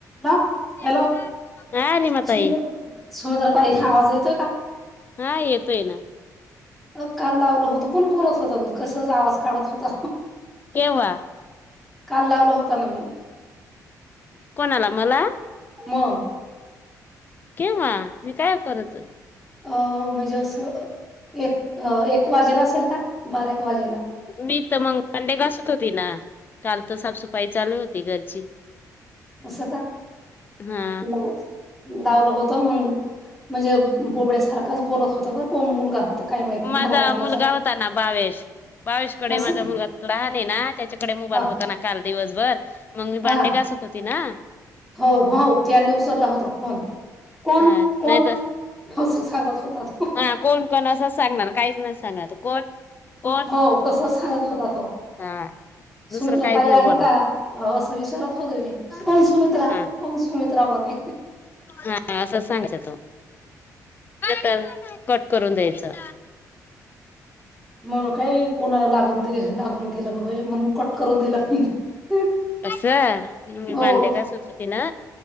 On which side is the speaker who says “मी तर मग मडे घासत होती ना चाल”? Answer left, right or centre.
Left